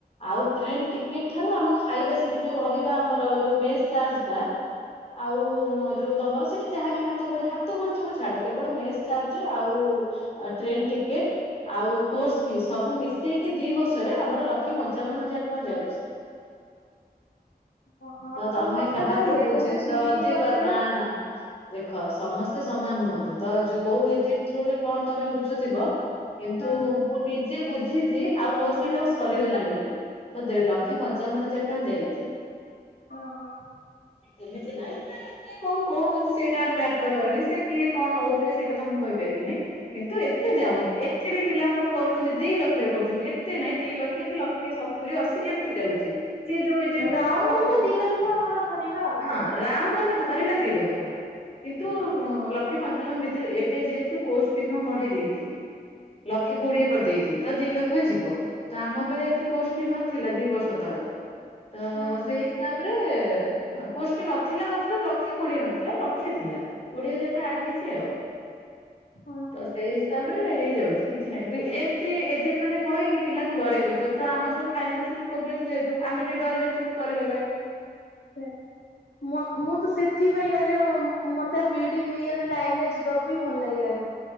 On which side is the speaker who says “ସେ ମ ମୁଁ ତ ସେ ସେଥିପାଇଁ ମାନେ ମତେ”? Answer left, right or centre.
Left